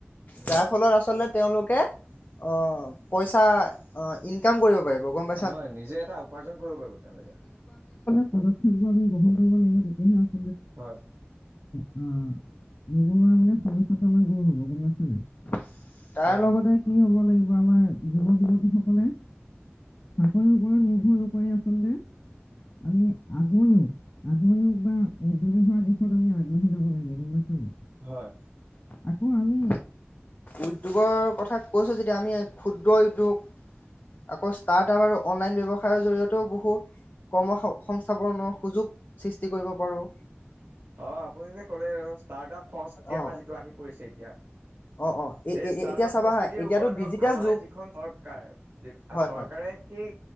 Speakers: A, on the left (about 45°); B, on the right (about 45°).
A: যাৰ
B: হয়
A: ফলত আচলতে তেওঁলোকে অ পইচা অ ইনকাম কৰিব পাৰিব গম পা
B: হয় নিজে এটা উপাৰ্জন কৰিব পাৰিব তেওঁলোকে।
A: পদক্ষেপোৰ আমি গ্ৰহণ কৰিব লাগিব তেতিয়াহে আ <unintelligible>
B: হয়।
A: অ নিবনুৱা মানে সমস্যাটো আমাৰ দূৰ হব গম পাইছা নাই? তাৰ
B: হয়
A: লগতে কি হ'ব লাগিব আমাৰ যুৱক যুৱতীসকলে চাকৰি ওপৰত নিৰ্ভৰ নকৰি আচলতে আমি আগমও আগ উদৰি হোৱা দিশত আমি আগবাঢ়ি যাব লাগিব গম পাইছ নাই
B: হয়।
A: আকৌ আমি উদ্যোগৰ কথা কৈছো যেতিয়া আমি ক্ষুদ্ৰ উদ্যোগ আকৌ ষ্টাৰ্টপ আৰু অনলাইন ব্যৱসায়ৰ জৰিয়তেও বহুত কৰ্ম স- সংস্থাপনৰ সুযোগ সৃষ্টি কৰিব পাৰোঁ।
B: অ আপুনি যে ক'লে ষ্টাৰ্টআপ সংস্কৃতি
A: অ
B: আমাৰ যিটো আহি পৰিছে এতিয়া।
A: অ অ এ
B: সেই ষ্টাৰ্টআপ
A: এতিয়া চাবা
B: সংস্কৃতিৰ
A: হা এতিয়াতো
B: ওপৰত ধৰক
A: ডিজিটেল
B: আমাৰ
A: যুগ
B: যিখন চৰকাৰ-
A: হয়
B: চৰকাৰে
A: হয়
B: সেই